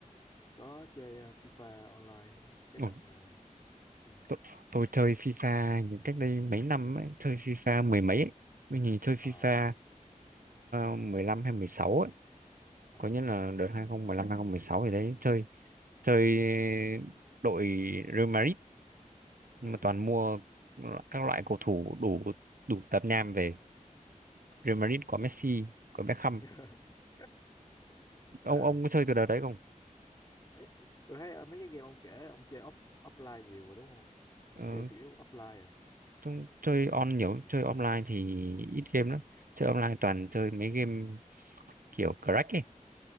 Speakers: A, on the left; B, on the right.
A: có chơi ờ, FIFA online cái
B: ừ,
A: đợt nè ừ
B: tôi, tôi chơi FIFA những cách đây mấy năm ấy, chơi FIFA mười mấy ấy. Tôi nhìn chơi FIFA
A: ờ
B: uh, 15 hay 16 ấy
A: ờ
B: có nghĩa là đợt 2015 sáu thì đấy chơi chơi đội Real Madrid
A: ờ
B: nhưng mà toàn mua lo- các loại cầu thủ đủ đủ tạp nham về Real Madrid có Messi có Beckham
A: <laughs>
B: ông
A: à
B: ông có chơi từ đợt đấy không
A: Ê, tôi thấy ờ, mấy cái game ông kể ông chơi off, offline nhiều mà đúng không ông
B: Ờ,
A: chơi chủ yếu offline à
B: chúng chơi on nhiều chơi online thì ít game lắm chơi online toàn chơi mấy game kiểu crack ấy